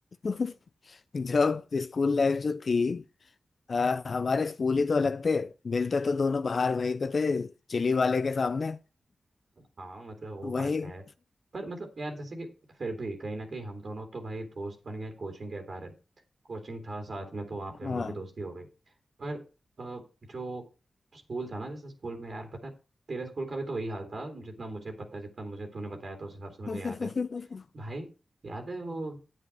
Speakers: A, on the left; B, on the right.
A: <laughs> जब स्कूल लाइफ जो थी आ, हमारे स्कूल ही तो अलग थे मिलते तो दोनों बाहर वहीं पे थे चिली वाले के सामने
B: हाँ मतलब वो
A: वही
B: बात है पर मतलब यार जैसे कि फिर भी कहीं ना कहीं हम दोनों तो भाई दोस्त बन गए कोचिंग के कारण कोचिंग था साथ में तो वहाँ पे हम
A: हाँ
B: लोग की दोस्ती हो गई पर अ, जो स्कूल था ना जैसे स्कूल में यार पता है, तेरे स्कूल का भी तो वही हाल था जितना मुझे पता है, जितना मुझे तूने बताया तो उस हिसाब से मुझे
A: <laughs>
B: याद है भाई याद है वो